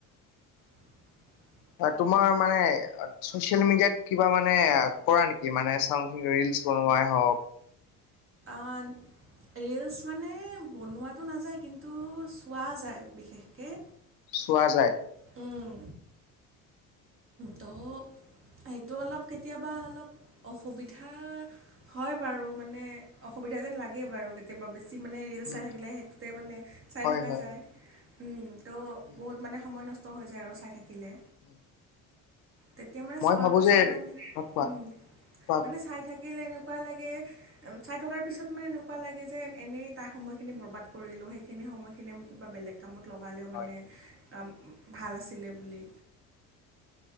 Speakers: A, on the right; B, on the left.
A: <inaudible>
B: তোমাৰ মানে চচিয়েল মিডিয়াত কিবা মানে কৰা নেকি? মানে চ ৰিলচ কনোৱাই হওক
A: অন ৰিলচ মানে বনোৱাটো নাযায়, কিন্তু চোৱা যায় বিশেষকৈ
B: চোৱা যায়?
A: উম তো সেইটো অলপ কেতিয়াবা অলপ অসুবিধা হয় বাৰু মানে, অসুবিধা যেন লাগেই বাৰু কেতিয়াবা বেছি মানে ৰিলচ
B: উম
A: চাই থাকিলে সেইটোতে মানে চাই
B: হয়
A: থকা
B: হয়
A: যায়। ত'
B: উম
A: বহুত মানে সময় নষ্ট হৈ যায় আৰু চাই থাকিলে।
B: উম।
A: তেতিয়া মানে
B: মই
A: চোৱাৰ
B: ভাবো
A: পাছত
B: যে
A: মানে,
B: অ', কোৱা
A: উম,
B: কোৱা
A: মানে চাই থাকিলে এনেকুৱা লাগে চাই থকাৰ পিছত মানে এনেকুৱা লাগে যে এনেই তাই সময়খিনি বৰবাদ কৰিলো সেইখিনি সময়খিনি ম
B: উম,
A: কিবা বেলেগ কামত লগালেও
B: হয়
A: মানে কাম ভাল আছিলে বুলি।